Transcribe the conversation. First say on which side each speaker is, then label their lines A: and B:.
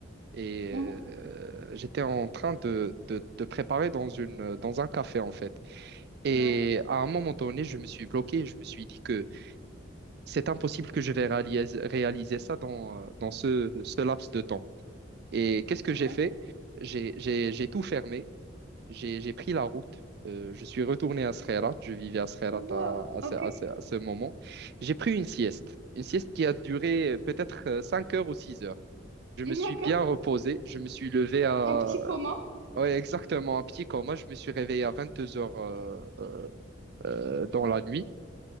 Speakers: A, on the right (about 55°); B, on the right (about 70°).
A: et
B: mhm,
A: euh, j'étais en train de, de, de préparer dans une, dans un café, en fait. Et
B: ouais,
A: à un moment donné, je me suis bloqué. Je me suis dit que c'est impossible que je vais réaliser, réaliser ça dans, euh, dans ce, ce laps de temps. Et qu'est-ce que j'ai
B: ouais.
A: fait? J'ai, j'ai, j'ai tout fermé j'ai, j'ai pris la route. Euh, je suis retourné à Sreerat. Je vivais à Sreerat
B: Wow,
A: à, à
B: ok.
A: ce, à ce- à ce moment. J'ai pris une sieste. Une sieste qui a duré euh, peut-être euh, 5 heures ou 6 heures. Je me
B: mhm.
A: suis
B: D'accord.
A: bien reposé. Je me suis levé à...
B: Un petit coma.
A: Ouais, exactement, un petit coma. Je me suis réveillé à 22 heures euh, euh, dans la nuit.